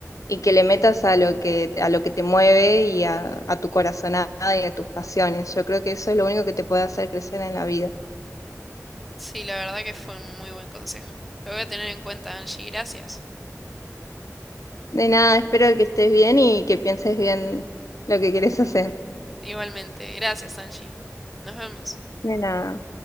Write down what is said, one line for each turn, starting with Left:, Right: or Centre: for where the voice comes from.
Left: y que le metas a lo que, a lo que te mueve y a, a tu corazonada y a tus pasiones. Yo creo que eso es lo único que te puede hacer crecer en la vida.
Centre: Sí, la verdad que fue un muy buen consejo. Lo voy a tener en cuenta, Angie. Gracias.
Left: De nada, espero que estés bien y que pienses bien lo que quieres hacer.
Centre: Igualmente. Gracias, Angie. Nos vemos.
Left: De nada.